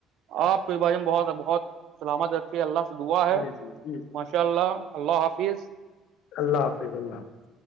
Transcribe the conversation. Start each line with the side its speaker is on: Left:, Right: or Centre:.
Right: آپ ب ہم بہت بہت سلامت رکھی اللہ سے دعا ہے
Left: جی جی جی
Right: ماشاء اللہ اللہ حافظ
Left: اللہ حافظ اللہ حافظ